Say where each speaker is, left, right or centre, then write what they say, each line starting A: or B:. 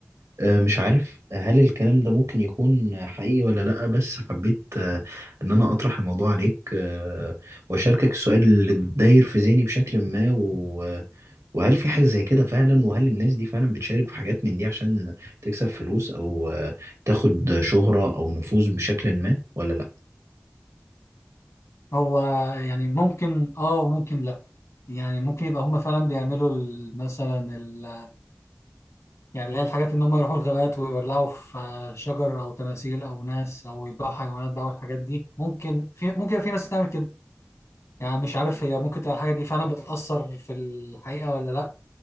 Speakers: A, on the right; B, on the left.
A: آه، مش عارف هل الكلام ده ممكن يكون حقيقي ولا لأ بس حبيت آه، إن أنا أطرح الموضوع عليك آه، وأشاركك السؤال اللي داير في ذهني بشكل ما و... وهل في حاجة زي كده فعلا وهل الناس دي فعلا بتشارك في حاجات من دي عشان تكسب فلوس أو آه، تاخد شهرة أو نفوذ بشكل ما ولا لأ؟
B: هو يعني ممكن اه وممكن لا يعني ممكن يبقى هم فعلا بيعملوا ال- مثلا ال... يعني اللي هي الحاجات ان هم يروحوا الغابات ويولعوا في شجر او تماثيل او ناس او يذبحوا حيوانات بقى والحاجات دي ممكن في ممكن في ناس تعمل كده يعني مش عارف هي ممكن تبقى الحاجه دي فعلا بتأثر في الحقيقه ولا لا